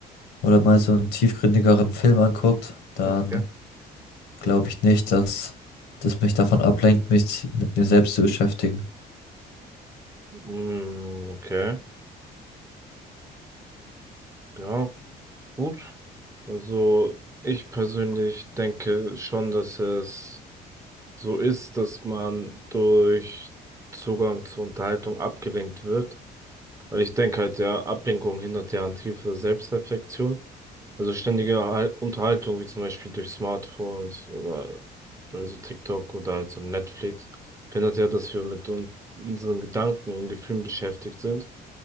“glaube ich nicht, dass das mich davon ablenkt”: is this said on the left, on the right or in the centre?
Left